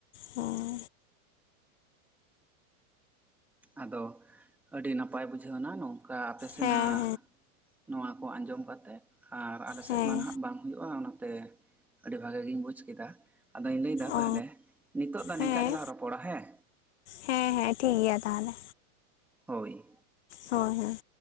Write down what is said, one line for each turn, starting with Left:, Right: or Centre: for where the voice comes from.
Left: ᱦᱩᱸ
Centre: ᱟᱫᱚ ᱟᱹᱰᱤ ᱱᱟᱯᱟᱭ ᱵᱩᱡᱷᱟᱹᱣᱱᱟ, ᱱᱚᱝᱠᱟ ᱟᱯᱮ ᱥᱮᱱᱟᱜ
Left: ᱦᱮᱸ
Centre: ᱱᱚᱣᱟ ᱠᱚ ᱟᱸᱡᱚᱢ ᱠᱟᱛᱮ ᱟᱨ ᱟᱞᱮ
Left: ᱦᱮᱸ ᱦᱮᱸ
Centre: ᱥᱮᱫ ᱢᱟ ᱱᱟᱦᱟᱸᱜ ᱵᱟᱝ ᱦᱩᱭᱩᱜ-ᱟ ᱚᱱᱟᱛᱮ ᱟᱹᱰᱤ ᱵᱷᱟᱜᱮ ᱜᱤᱧ ᱵᱩᱡ ᱠᱮᱫᱟ ᱟᱫᱚᱧ ᱞᱟᱹᱭ ᱫᱟ ᱛᱟᱦᱚᱞᱮ
Left: ᱚ
Centre: ᱱᱤᱛᱳᱜ ᱫᱚ ᱱᱤᱝᱠᱟ
Left: ᱦᱮᱸ
Centre: ᱜᱮᱞᱟᱝ ᱨᱚᱯᱚᱲ ᱟ ᱦᱮᱸ
Left: ᱦᱮᱸ ᱦᱮᱸ ᱴᱷᱤᱠ ᱜᱮᱭᱟ ᱛᱟᱦᱚᱞᱮ
Centre: ᱦᱳᱭ
Left: ᱦᱳᱭ ᱦᱳᱭ